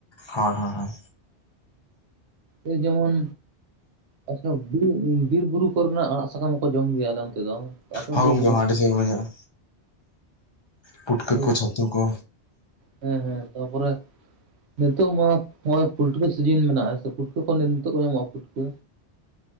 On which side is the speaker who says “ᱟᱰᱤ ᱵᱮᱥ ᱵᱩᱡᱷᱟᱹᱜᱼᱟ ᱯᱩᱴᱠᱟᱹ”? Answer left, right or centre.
Left